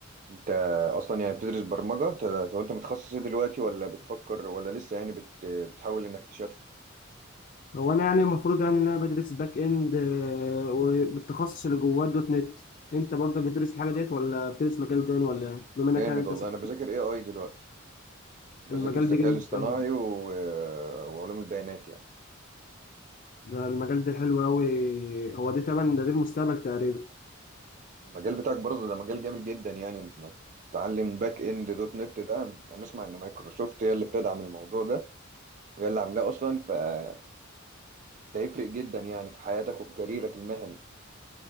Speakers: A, on the right; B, on the left.
A: انت اصلا يعني بتدرس برمجة انت طب انت متخصص ايه دلوقتي ولا بتفكر ولا لسه يعني بت... بتحاول انك تشفت
B: هو انا يعني المفروض يعني ان انا بدرس باك اند آه، وبالتخصص اللي جواه دوت نت انت برضك بتدرس الحاجه ديت ولا بتدرس مجال تاني ولا إيه؟ بما انك
A: جامد
B: يعني انت
A: والله
B: س-
A: انا بذاكر اي اي دلوقتي بذاكر
B: المجال
A: الذكاء
B: ده جامد
A: الاصطناعي
B: قوي
A: و... وعلوم البيانات يعني
B: ده المجال ده حلو قوي هو ده تمام ده ده المستقبل تقريبا
A: المجال بتاعك برضه ده مجال جامد جدا يعني انك تتعلم باك اند دوت نت ده انا اسمع ان مايكروسوفت هي اللي بتدعم الموضوع ده وهي اللي عاملاه اصلا فده يفرق جدا يعني في حياتك وفي كاريرك المهني